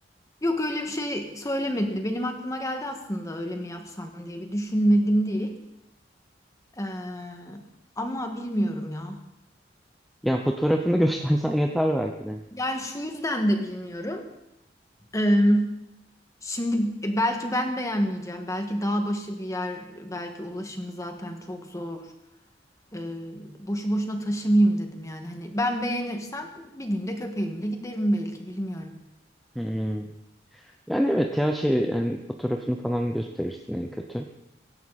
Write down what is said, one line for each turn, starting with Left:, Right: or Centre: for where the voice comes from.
Left: Yok öyle bir şey söylemedi. Benim aklıma geldi aslında öyle mi yapsam diye bir düşünmedim değil. Ee, ama bilmiyorum ya.
Centre: Yani fotoğrafını <laughs> göstersen yeter belki de.
Left: Yani şu yüzden de bilmiyorum. Ee, şimdi e, belki ben beğenmeyeceğim. Belki dağ başı bir yer, belki ulaşımı zaten çok zor. Ee, boşu boşuna taşımayayım dedim yani. Hani ben beğenirsem bir günde köpeğimle giderim belki bilmiyorum.
Centre: Hmm. Yani evet ya şey yani fotoğrafını falan gösterirsin en kötü.